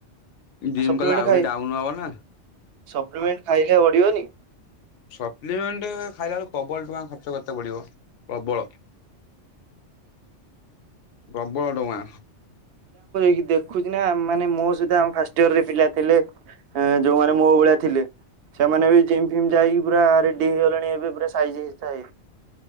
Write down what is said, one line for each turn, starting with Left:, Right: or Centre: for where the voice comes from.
Left: ଜିମ୍
Right: ସପ୍ଲିମେଣ୍ଟ
Left: କଲେ ଆହୁରି
Right: ଖାଇ
Left: ଡାଉନ୍ ହବ ନା।
Right: ସପ୍ଲିମେଣ୍ଟ ଖାଇଲେ ବଢ଼ିବନି।
Left: ସପ୍ଲିମେଣ୍ଟ ଖାଇଲା ବେଳକୁ ପ୍ରବଳ ଟଙ୍କା ଖର୍ଚ୍ଚ କରିତେ ପଡିବ ପ୍ରବଳ। ପ୍ରବଳ ଟଙ୍କା
Right: ଦେଖୁଚି ନା ମାନେ ମୋ ସହିତ ଫାର୍ଷ୍ଟ ୟିଅର୍ ରେ ପିଲା ଥିଲେ ଏ ଯୋଉମାନେ ମୋ ଭଳିଆ ଥିଲେ ସେମାନେ ବି ଜିମ୍ ଫିମ୍ ଯାଇକି ପୁରା ରେଡି ହେଇଗଲେଣି ଏବେ ପୁରା ସାଇଜ୍ ହେଇ ସା